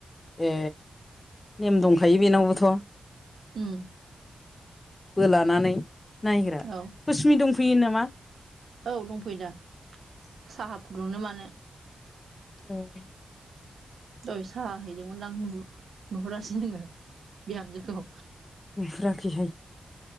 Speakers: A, on the left; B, on the right.
A: ए नेम दंखायो बेनावबोथ'
B: उम
A: बो लानानै नायग्रा
B: औ
A: खसमि दंफैयो नामा?
B: औ दंफैदा साहा फुदुंनो मानो
A: ओं
B: दय साहा हैदोंमोनदां नुहरासै जोङो बिहामजोखौ
A: नुहुराखैहाय